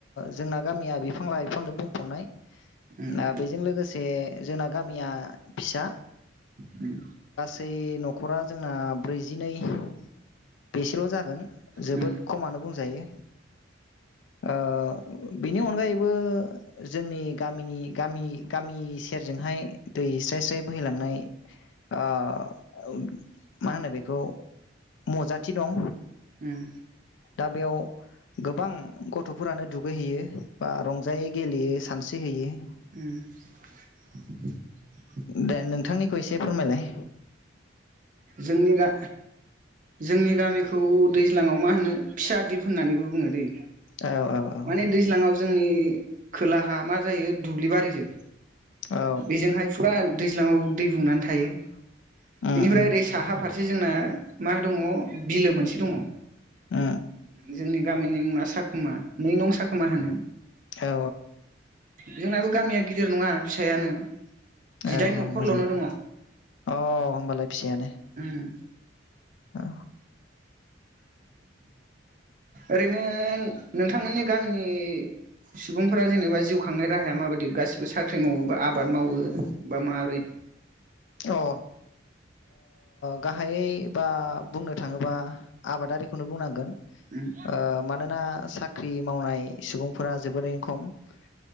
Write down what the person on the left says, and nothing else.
जोंना गामिया बिफां लाइफांजों बुंफबनाय
दा बेजों लोगोसे जोंना गामिया फिसा
गासै नखरा जोंना ब्रैजिनै। <inaudible> बेसेल जागोन जोबोद
खमानो बुंजायो ओ बिनि अनगायैबो जोंनि गामिनि गामि गामि सेरजोंहाय दै स्राय स्राय बोहैलांनाय ओ मा होनो बेखौ मजाथि दं
दा बेयाव गोबां गथ'फोरानो दुगैहैयो बा रंजायै गेलेयो सानस्रिहैयो
दे नोंथांनिखौ एसे फोरमायलाय
औ औ
औ
उम
उम
उम
औ
औ औ
मोजां
अ होमबालाय फिसायानो।
औ।
अ ओ गाहायै बा बुंनो थाङोबा आबादारिखौनो बुंनांगोन।
ओ मानोना साख्रि मावनाय सुबुंफोरा जोबोरैनो खम सात